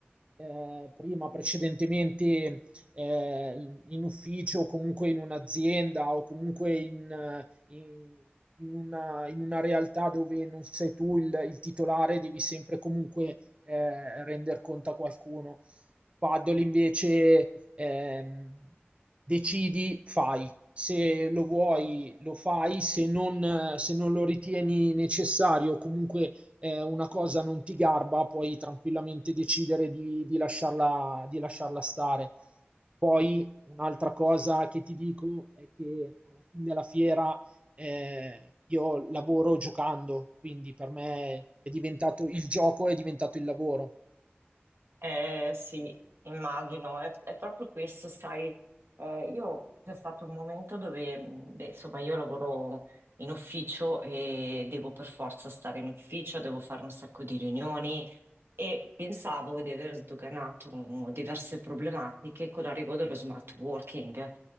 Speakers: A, on the right; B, on the right.
A: Eh, prima, precedentemente, eh, in ufficio o comunque in un'azienda o comunque in, eh, in- in una, in una realtà dove non sei tu il, il titolare, devi sempre comunque eh, render conto a qualcuno. Paddle invece ehm, decidi, fai se lo vuoi lo fai, se non, se non lo ritieni necessario, comunque eh, una cosa non ti garba, puoi tranquillamente decidere di, di lasciarla, di lasciarla stare. Poi un'altra cosa che ti dico è che alla fine della fiera eh, io lavoro giocando, quindi per me è diventato il gioco, è diventato il lavoro.
B: Eh, sì, immagino, è, è proprio questo, sai, eh, io c'è stato un momento dove, mh, beh, insomma, io lavoro in ufficio e devo per forza stare in ufficio, devo fare un sacco di riunioni e pensavo di aver sdoganato diverse problematiche con l'arrivo dello smart working,